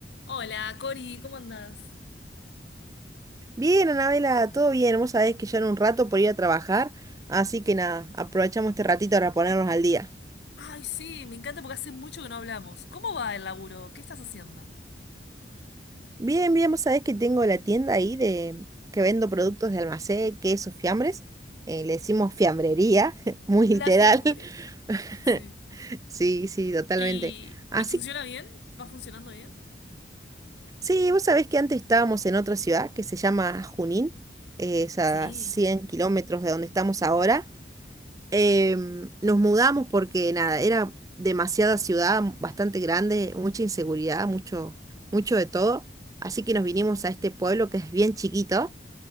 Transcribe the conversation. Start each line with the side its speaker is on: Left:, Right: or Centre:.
Left: Hola, Cori, ¿cómo andás?
Right: Bien, Anabela, todo bien. Vos sabés que ya en un rato por ir a trabajar, así que nada, aprovechamos este ratito para ponernos al día.
Left: Ay, sí, me encanta porque hace mucho que no hablamos. ¿Cómo va el laburo? ¿Qué estás haciendo?
Right: Bien, bien, vos sabés que tengo la tienda ahí de que vendo productos de almacén, quesos, fiambres. eh, le decimos fiambrería, <laughs> muy literal.
Left: La fiambrería.
Right: <laughs>
Left: Sí.
Right: Sí, sí, totalmente.
Left: ¿Y,
Right: Así,
Left: y funciona bien? ¿Va funcionando bien?
Right: sí, vos sabés que antes estábamos en otra ciudad que se llama Junín, eh, es a
Left: Sí,
Right: 100 kilómetros de donde estamos ahora. Em, nos mudamos porque nada, era demasiada ciudad, bastante grande, mucha inseguridad, mucho, mucho de todo. Así que nos vinimos a este pueblo que es bien chiquito